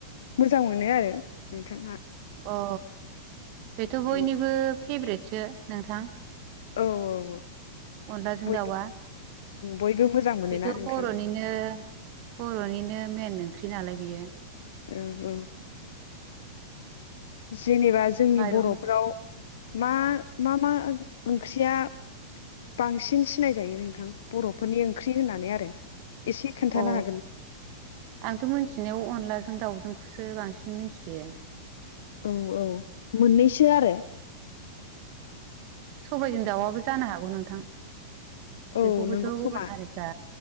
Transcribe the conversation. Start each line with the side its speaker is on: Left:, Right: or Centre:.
Left: मोजां मोनो आरो नोंथाङा
Right: अ बेथ' बयनिबो
Left: औ
Right: फेभ्रेटसो नोंथां
Left: औ औ औ।
Right: अनलाजो‌ं
Left: बयबो
Right: दावा
Left: बयबो मोजां मोनोना
Right: बेथ'
Left: नोंथां
Right: बर'निनो बर'निनो मेन ओंख्रि नालाय बेयो
Left: औ औ। जेनेबा जोंनि
Right: माइरं
Left: बर'फोराव मा मा मा ओंख्रिया बांसिन सिनायजायो नोंथां बर'फोरनि ओंख्रि होननानै आरो एसे खोन्थानो
Right: अ
Left: हागोन
Right: आंथ' मोनथिनायाव अनलाजों दाउजों सो बांसिन मिथियो।
Left: औ औ मोननैसो आरो
Right: सबायाइजों दाउआआबो जानो हागौ नोंथां
Left: औ
Right: बेखौबोथ'
Left: नंगौ
Right: गुबुन
Left: खोमा
Right: हारिफ्रा